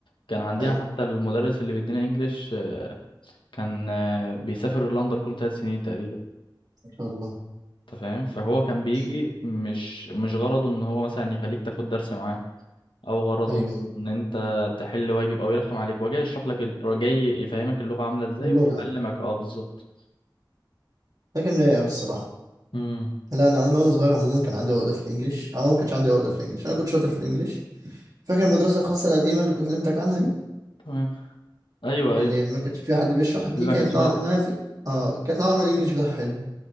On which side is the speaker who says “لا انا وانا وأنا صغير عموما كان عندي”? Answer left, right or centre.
Right